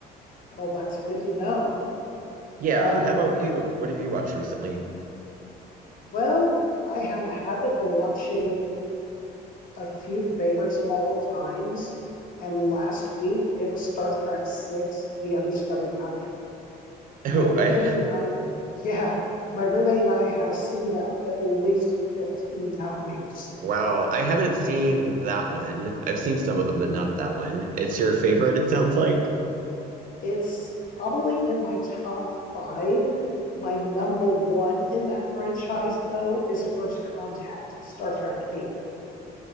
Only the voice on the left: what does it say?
Well, that's good to know.
Um,
Well, I have a habit of watching a few favorites multiple times, and last week it was Star Trek Six: The Undiscovered Country. My
roommate
and I, yeah, my roommate and I have seen that at least 15 <laughs> times.
It's probably in my top five. My number one in that franchise, though, is First Contact, Star Trek Eight.